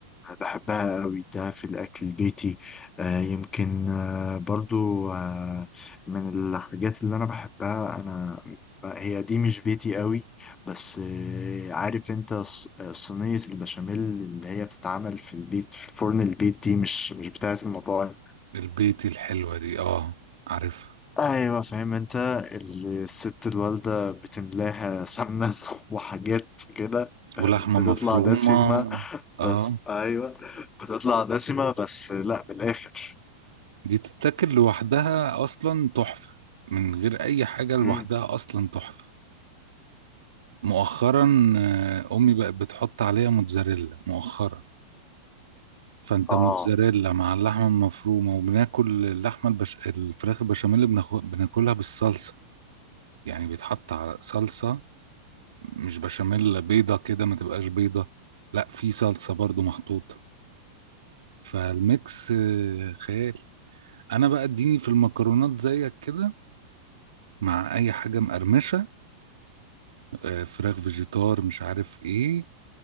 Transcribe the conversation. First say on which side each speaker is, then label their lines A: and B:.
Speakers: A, on the left; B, on the right.
A: بحبها قوي ده في الأكل البيتي آه يمكن آه برضو آه من الحاجات اللي أنا بحبها أنا هي دي مش بيتي قوي بس آه عارف أنت ص- صينية البشاميل اللي هي بتتعمل في البيت في فرن البيت دي مش مش بتاعة المطاعم
B: البيتي الحلوة دي اه عارفها
A: أيوة فاهم أنت ال- الست الوالدة بتملاها سمنة <laughs> وحاجات كده آه،
B: ولحمة
A: بتطلع
B: مفرومة
A: دسمة
B: اه
A: بس أيوة بتطلع دسمة بس لا بالآخر
B: دي تتاكل لوحدها اصلا تحفة من غير اي حاجة لوحدها
A: امم
B: اصلا تحفة مؤخرا آه، امي بقت بتحط عليها موتزاريلا مؤخرا فانت
A: اه
B: موتزاريلا مع اللحمة المفرومة وبناكل اللحمة البش... الفراخ البشاميل بناخ... بناكلها بالصلصة يعني بيتحط على صلصة مش بشاميل بيضة كده ما تبقاش بيضة لا في صلصة برضو محطوطة فالميكس آه، خيال انا بقى اديني في المكرونات زيك كده مع اي حاجة مقرمشة آه، فراخ فيجيتار مش عارف ايه